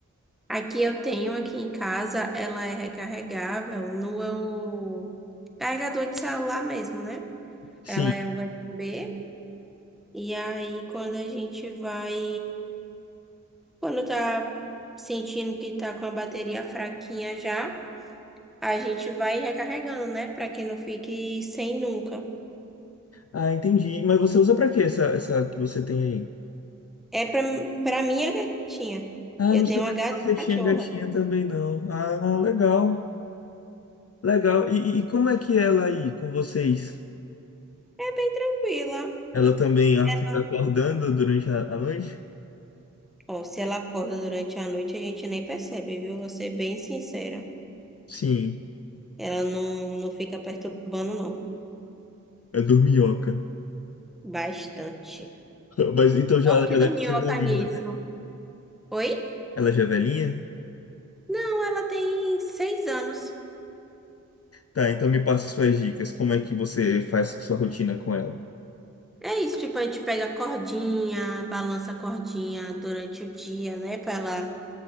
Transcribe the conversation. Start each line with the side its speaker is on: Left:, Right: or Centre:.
Centre: Aqui eu tenho aqui em casa, ela é recarregável no carregador de celular mesmo, né?
Left: Sim.
Centre: Ela é USB. E aí, quando a gente vai. Quando tá sentindo que tá com a bateria fraquinha já, a gente vai recarregando, né? Pra que não fique sem nunca.
Left: Ah, entendi. Mas você usa para quê essa, essa que você tem aí?
Centre: É pra, pra minha gatinha.
Left: Ah,
Centre: Eu
Left: não
Centre: tenho
Left: sabia
Centre: uma gata
Left: que você
Centre: e
Left: tinha
Centre: cachorra.
Left: gatinha também, não. Ah, legal, legal. E, e- e como é que é ela aí com vocês?
Centre: É bem tranquila.
Left: Ela também ah,
Centre: Ela.
Left: fica acordando durante a, a noite?
Centre: Ó, se ela acorda durante a noite, a gente nem percebe, viu? Vou ser bem sincera.
Left: Sim,
Centre: Ela não, não fica perturbando, não.
Left: é dorminhoca.
Centre: Bastante.
Left: <laughs> Mas então já,
Centre: Te
Left: já
Centre: dorminhoca
Left: deve ser velhinha,
Centre: nisso.
Left: né?
Centre: Oi?
Left: Ela já é velhinha?
Centre: Não, ela tem seis anos.
Left: Tá, então me passa suas dicas. Como é que você faz sua rotina com ela?
Centre: É isso, tipo, a gente pega a cordinha, balança a cordinha durante o dia, né? Pra ela